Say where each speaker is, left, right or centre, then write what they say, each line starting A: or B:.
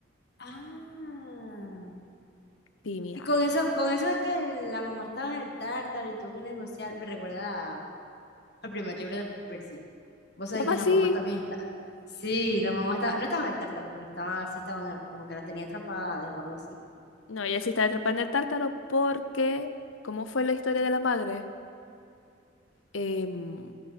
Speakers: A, on the left (about 55°); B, on the left (about 75°).
A: Ah.
B: Sí, mija.
A: Y con eso, con eso de que la mamá estaba en el tártaro y tuvo que negociar, me recuerda a- al primer libro de Percy. Vos sabés
B: Llama
A: que
B: así.
A: la mamá también está. Sí, la mamá estaba, no estaba en el tártaro, pero estaba así, estaba en el- como que la tenía atrapada o algo así.
B: No, ella sí está atrapada en el tártaro porque... ¿Cómo fue la historia de la madre? Em,